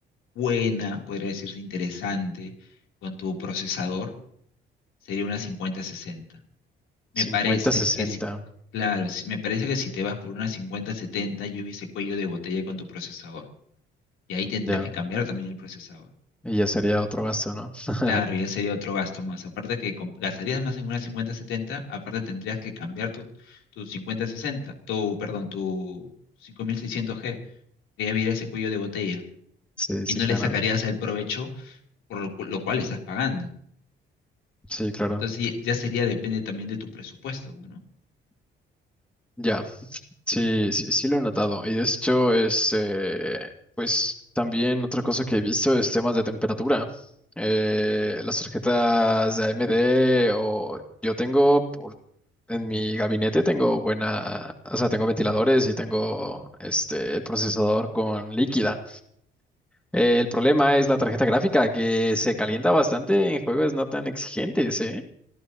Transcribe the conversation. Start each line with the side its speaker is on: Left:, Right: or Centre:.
Left: buena, podría decirse interesante, con tu procesador, sería una 5060. Me
Centre: cincuenta
Left: parece
Centre: 60
Left: que si, claro, si- me parece que si te vas por una 5070, yo hubiese cuello de botella con tu procesador. Y ahí tendrías
Centre: ya.
Left: que cambiar también el procesador.
Centre: Y ya sería otro gasto, ¿no? <laughs>
Left: Claro, y ese sería otro gasto más. Aparte que com- gastarías más en una 50-70, aparte tendrías que cambiar tu, tu 50-60, tu, perdón, tu 5600G, que ya viera ese cuello de botella,
Centre: Sí, sí,
Left: y no
Centre: claro.
Left: le sacarías el provecho por lo, cu- lo cual estás pagando.
Centre: Sí, claro.
Left: Entonces ya ya sería, depende también de tu presupuesto, ¿no?
Centre: Ya. Sí, sí, sí lo he notado. Y de hecho es, eh, pues también otra cosa que he visto es temas de temperatura. Eh, las tarjetas de AMD o yo tengo por- en mi gabinete tengo buena, o sea, tengo ventiladores y tengo este el procesador con líquida. Eh, el problema es la tarjeta gráfica, que se calienta bastante en juegos no tan exigentes, ¿eh?